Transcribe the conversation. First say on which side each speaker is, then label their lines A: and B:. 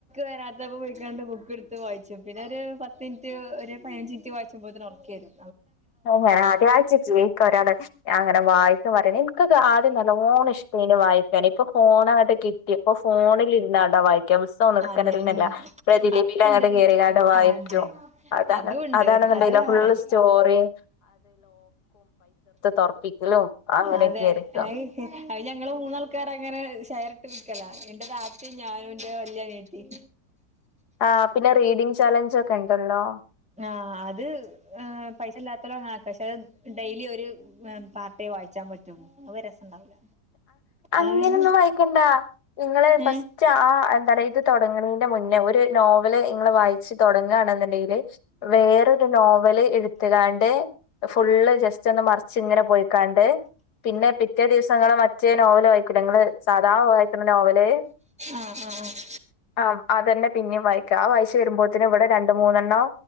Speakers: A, in the centre; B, on the left (about 70°).
A: വരാതെ ണ്ടാവുമ്പോ പോയിക്കാണ്ട് ബുക്ക് ട്ത്ത് വായിച്ചും പിന്നൊര് പത്തിൻറ്റ് ഒര് പയിനഞ്ചി ൻറ്റ് വായിച്ചുമ്പോഴത്ത്ന് ഒർക്കെരും
B: അഹും ഞാൻ ആദ്യായിറ്റ് <unintelligible> ക്കാ ഒരാളെ അങ്ങനെ വായിക്ക പറണേ ഇൻ കൊക്കെആദ്യം നല്ലോണം ഇഷ്ടേ നി വായിക്കാന് ഇപ്പൊ ഫോണങ്ങട്ട് കിട്ടി പ്പോ ഫോണിലിരുന്നാട്ടാ വായി ക്കെ പുസ്തംകന്നും ഇട്ക്കലന്നെല്ല
A: അതെ ഉം
B: പ്രതിലിപിയിൽ
A: അതുണ്ട്
B: അങ്ങട്ട് കേറികാണ്ട് വായിക്കും
A: അതെ
B: അതാണ്
A: അതുണ്ട്
B: അതാണ് വന്നീല്ലഫുള്ള്
A: അത് വേറെ
B: സ്റ്റോറിം തൊറപ്പിക്കലും അങ്ങനെയൊക്കെ
A: അതെ
B: ആയിരിക്കും
A: അ ഹ് ഞങ്ങള് മൂന്നാ ആൾക്കാര ങ്ങനെ ഷെയറ്ട്ട് ട്ക്കലാ എന്റെ താത്തിം ഞാനും ന്റെ വല്യനിയത്തിം
B: ആ പിന്നെ റീഡിങ് ചാലഞ്ച് ഒക്കെ ഇണ്ടല്ലോ
A: ആ അത് പൈസ ഇല്ലാത്തൊല് അങ്ങനെ ട്ടാ പക്ഷെ അഹ് ഡെയ്ലി ഒര് പാർട്ടേ വായിച്ചാൻ പറ്റും അഹ് ഒര്‌ രസം ഉണ്ടാവൂല
B: അങ്ങനെന്നും
A: അത്
B: വായിക്കണ്ട നിങ്ങള് ഫസ്റ്റ്
A: ഏഹ്
B: ആ എന്താ ഇത് തുടങ്ങ്ണെന്റെ മുന്നേ ഒരു നോവല് നിങ്ങൾ വായിച്ച് തുടങ്ങാണ് ന്ന്ണ്ടെങ്കില് വേറൊരു നോവല് ഇട്ത്ത്ക്കാണ്ട് ഫുള്ള് ജസ്റ്റ് ഒന്ന് മറിച്ച്ങ്ങനെ പോയി കാ ണ്ട് പിന്നെ പിറ്റേ ദിവസ പ്പം ഇങ്ങള് മറ്റേ നോവല് വായിക്കൂലേ ഇങ്ങള് സാദാ വായിക്കുന്ന നോവല്
A: ആഹ് ആഹ് ആഹ്
B: ആ അതന്നെ പിന്നിം വായിക്ക ആ വായിച്ച് വരുമ്പോത്ത്ന് ഇവിടെ രണ്ട്മൂന്നെണ്ണം